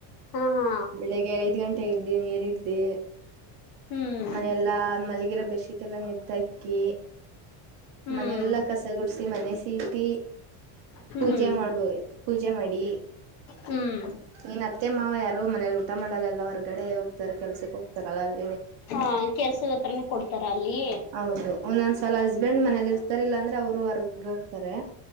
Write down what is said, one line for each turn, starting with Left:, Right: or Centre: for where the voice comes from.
Left: ಹಾ ಹಾ
Right: ಬೆಳಿಗ್ಗೆ ಐದ್ ಗಂಟೆ ಇದ್ದ ನೀರಿ್ದೆ
Left: ಹ್ಮ್
Right: ಮನೆಯೆಲ್ಲಾ ಮಲ್ಗಿರೋ ಬೆಡ್ಶೀಟ್ ಎಲ್ಲಾ ನಿತ್ತ ಹಾಕ್ಕಿ
Left: ಹ್ಮ್
Right: ಮನೆಯಲ್ಲಾ ಕಸ ಗುಡ್ಸಿ ಮನೆ ಸೀಟಿ
Left: ಹ್ಮ್
Right: ಪೂಜೆ ಮಾಡ್ಬೋ ಪೂಜೆ ಮಾಡಿ
Left: ಹ್ಮ್
Right: ನೀನ್ ಅತ್ತೆ ಮಾವ ಯ ಅವ ಮನೇಲಿ ಊಟ ಮಾಡಲ್ಲ ಹೊರ್ಗಡೆ ಹೋಗ್ತಾರೆ ಕೆಲ್ಸಕ್ ಹೋಗ್ತಾರಲ್ಲ ಅಲ್ಲಿ
Left: ಹಾ ಕೆಲ್ಸದ ಹತ್ರನ ಕೊಡ್ತಾರ ಅಲ್ಲಿ
Right: ಹೌದು ಒಂದೊಂದ್ಸಲ ಹಸ್ಬೆಂಡ್ ಮನೇಲಿ ಇರ್ತಾರಿಲ್ಲ ಅಂದ್ರೆ ಅವರು ಹೊರ್ಗ್ ಹೋಗ್ತಾರೆ